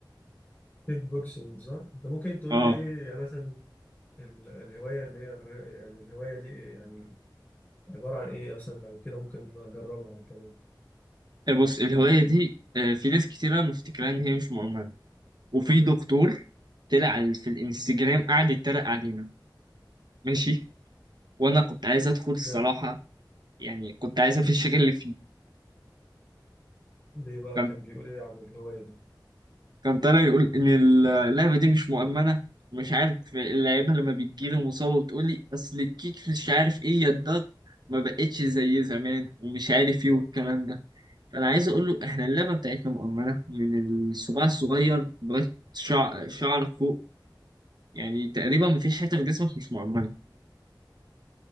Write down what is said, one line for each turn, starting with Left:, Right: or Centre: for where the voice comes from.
Left: كيك بوكسنج صح؟ انت ممكن تقول
Right: اه
Left: لي ايه يعني مثلا ال- الهواية اللي هي الر- يعني الهواية دي ايه يعني عبارة عن ايه مثلا لو كده ممكن اجربها انا كمان
Right: آه، بص الهواية دي آه، في ناس كتيرة مفتكرة إن هي مش مؤمنة وفي دكتور طلع على- في الانستجرام قعد يتريق علينا ماشي وأنا كنت عايز أدخل الصراحة
Left: ده
Right: يعني كنت عايز أفش اللي فيه
Left: ليه بقى
Right: كان
Left: كان بيقول ايه عن الهواية دي؟
Right: كان طالع يقول إن اللعبة دي مش مؤمنة مش عارف اللعيبة لما بتجيلي مصابة بتقولي أصل الكيك مش عارف إيه يا الضغط ما بقتش زي زمان ومش عارف إيه والكلام ده فأنا عايز أقول له إحنا اللعبة بتاعتنا مؤمنة من الصباع الصغير لغاية شعر شعرك فوق يعني تقريبا مفيش حته في جسمك مش مؤمنه